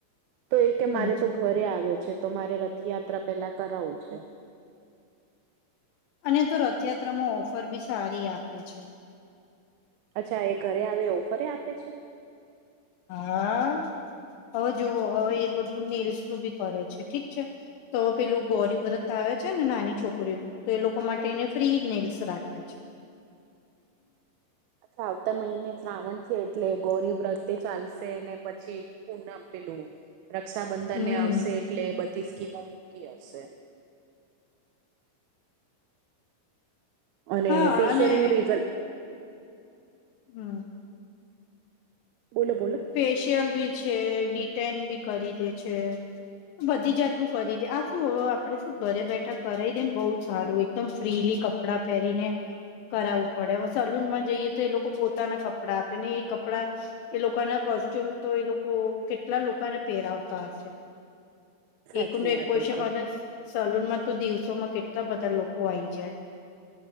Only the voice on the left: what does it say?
હમ
અને તો રથયાત્રામાં ઓફર બી સારી આપે છે.
હા હવે જોવો હવે એ બધું નેલ્સ નું ભી કરે છે ઠીક છે. તો પેલો ગૌરી વ્રત. આવે છે ને નાની છોકરીઓ ન તો એ લોકો માટે એને ફ્રી નેલ્સ રાખ્યા છે.
હમ
હા
અને
હમ.
ફેશિયલ બી છે ડિટઇન બી કરી દે છે. બધી જાતનુંું કરી દે આ શું આપડે શું ઘરે બેઠા કરાવ દેએ ને બહુ સારું એકદમ ફ્રીલી ક. કપડા પહેરીને. કરાવવું પડે હવે સલૂન માં જઈએ તો એ લોકો પોતાના કપડાં આપે ને એ કપડા. એ લોકોના કોસ્ટ્યુમ તો એ લોકો કેટલા લોકોને પેરાવતા હશે.
એક એક
કોન
અને સલૂનમાં તો દિવસોમાં કેટલા બધા લોકો આવી જાય.